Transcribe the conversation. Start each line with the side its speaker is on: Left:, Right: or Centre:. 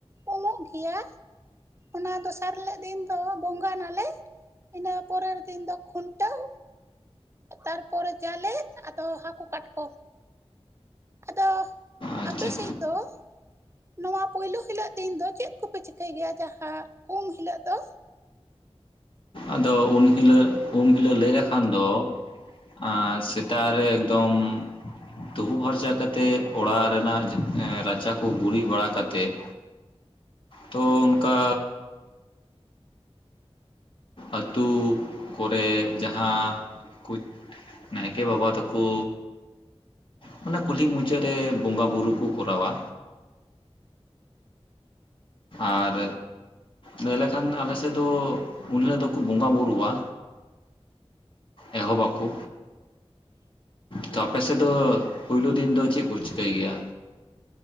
Right: ᱩᱢᱩᱜ ᱜᱮᱭᱟ ᱚᱱᱟ ᱫᱚᱥᱟᱨ ᱦᱤᱞᱳᱜ ᱫᱤᱱ ᱫᱚ ᱵᱚᱸᱜᱟ ᱱᱟᱞᱮ ᱤᱱᱟᱹ ᱯᱚᱨᱮᱨ ᱫᱤᱱ ᱫᱚ ᱠᱷᱩᱱᱴᱟᱹᱣ ᱛᱟᱨᱯᱚᱨᱮ ᱡᱟᱞᱮ ᱟᱫᱚ ᱦᱟᱹᱠᱩ ᱠᱟᱴᱠᱚᱢ ᱟᱫᱚ
Left: ᱟᱪᱪᱷᱟ
Right: ᱟᱯᱮ ᱥᱮᱫ ᱫᱚ? ᱱᱚᱣᱟ ᱯᱩᱭᱞᱩ ᱦᱤᱞᱳᱜ ᱫᱤᱱ ᱫᱚ ᱪᱮᱫ ᱠᱚᱯᱮ ᱪᱤᱠᱟᱹᱭ ᱜᱮᱭᱟ ᱡᱟᱦᱟᱸ ᱩᱢ ᱦᱤᱞᱳᱜ ᱫᱚ?
Left: ᱟᱫᱚ ᱩᱱ ᱦᱤᱞᱳᱜ ᱩᱢ ᱦᱤᱞᱳᱜ ᱞᱟᱹᱭ ᱞᱮᱠᱷᱟᱱ ᱫᱚ ᱟᱸᱻ ᱥᱮᱛᱟᱜ ᱨᱮ ᱮᱠᱫᱚᱢ ᱛᱩᱯᱩ ᱯᱷᱟᱨᱪᱟ ᱠᱟᱛᱮᱫ ᱚᱲᱟᱜ ᱨᱮᱱᱟᱜ ᱨᱟᱪᱟ ᱠᱚ ᱜᱩᱨᱤᱡ ᱵᱟᱲᱟ ᱠᱟᱛᱮᱫ ᱛᱚ ᱚᱱᱠᱟ ᱟᱹᱛᱩ ᱠᱚᱨᱮ ᱡᱟᱦᱟᱸ ᱠᱚ ᱱᱟᱭᱠᱮ ᱵᱟᱵᱟ ᱛᱟᱠᱚ ᱢᱟᱱᱮ ᱠᱩᱞᱦᱤ ᱢᱩᱪᱟᱹᱫ ᱨᱮ ᱵᱚᱸᱜᱟ ᱵᱩᱨᱩ ᱠᱚ ᱠᱚᱨᱟᱣᱟ ᱟᱨ ᱞᱟᱹᱭ ᱞᱮᱠᱷᱟᱱ ᱟᱞᱮ ᱥᱮᱫ ᱫᱚ ᱩᱱᱦᱤᱞᱳᱜ ᱫᱚᱠᱚ ᱵᱚᱸᱜᱟ ᱵᱩᱨᱩᱜᱼᱟ ᱮᱦᱚᱵ ᱟᱠᱚ ᱛᱚ ᱟᱯᱮ ᱥᱮᱫ ᱫᱚ ᱯᱳᱭᱞᱳ ᱫᱤᱱ ᱫᱚ ᱪᱮᱫ ᱠᱚ ᱪᱤᱠᱟᱹᱭ ᱜᱮᱭᱟ?